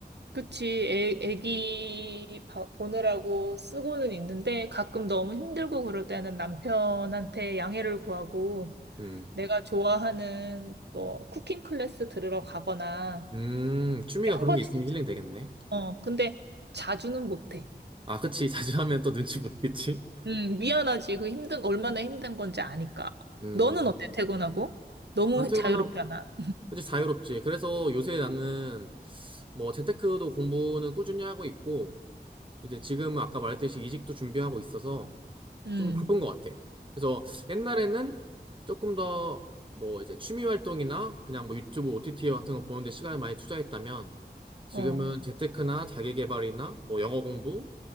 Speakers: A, on the right; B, on the right.
A: 그치, 애, 애기 봐- 보느라고 쓰고는 있는데 가끔 너무 힘들고 그럴 때는 남편한테 양해를 구하고
B: 음,
A: 내가 좋아하는 뭐 쿠킹 클래스 들으러 가거나
B: 음, 취미가
A: 이렇게 한
B: 그런
A: 번씩,
B: 게 있으면
A: <laughs>
B: 힐링 되겠네.
A: 어, 근데 자주는 못해.
B: 아, 그치. <laughs> 자주 하면 또 눈치 보겠지.
A: 음, 미안하지. 그 힘든, 얼마나 힘든 건지 아니까.
B: 음,
A: 너는 어때, 퇴근하고? 너무
B: 안 퇴근하고,
A: 자유롭잖아.
B: 그치. 자유롭지. 그래서 요새 나는 뭐 재테크도 공부는 꾸준히 하고 있고 이제 지금은 아까 말했듯이 이직도 준비하고 있어서
A: 음,
B: 좀 바쁜 것 같아. 그래서 옛날에는 조금 더 뭐 이제 취미 활동이나 그냥 뭐 유튜브 OTT 같은 거 보는데 시간을 많이 투자했다면 지금은
A: 어.
B: 재테크나 자기 개발이나 뭐 영어 공부,